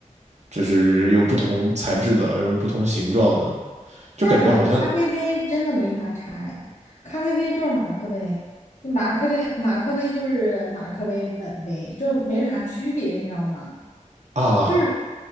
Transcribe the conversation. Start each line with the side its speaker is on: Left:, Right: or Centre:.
Right: 就是有不同材质的，有不同形状的，就感觉好像
Left: 但是好像咖啡杯真的没啥差哎，咖啡杯就是马克杯，就马克杯马克杯就是马克杯本杯，就是没啥区别，你知道吗？
Right: 啊
Left: 就是，